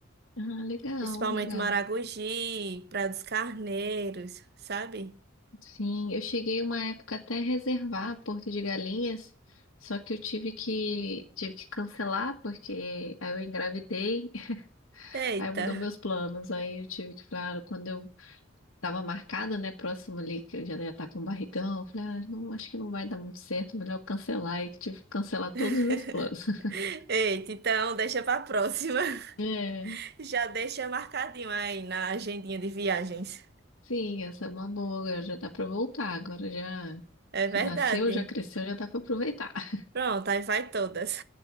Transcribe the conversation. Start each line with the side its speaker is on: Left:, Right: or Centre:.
Left: Ah, legal,
Right: Principalmente
Left: legal.
Right: Maragogi, Praia dos Carneiros, sabe?
Left: Sim, eu cheguei uma época até reservar Porto de Galinhas, só que eu tive que tive que cancelar porque aí eu engravidei, <laughs>
Right: Eita!
Left: aí mudou meus planos, aí eu tive que, claro, quando eu tava marcado, né, próximo ali que eu já ia estar com um barrigão, eu falei, ah, não, acho que não vai dar muito certo, melhor eu cancelar, e tive que cancelar
Right: <laughs>
Left: todos os meus planos. <laughs>
Right: Eita, então deixa para próxima.
Left: É,
Right: <laughs> Já deixa marcadinho aí na agendinha de viagens.
Left: sim, essa é uma boa, agora já dá pra voltar, agora já
Right: É verdade.
Left: já nasceu, já cresceu, já dá pra aproveitar. <laughs>
Right: Pronto, aí vai todas.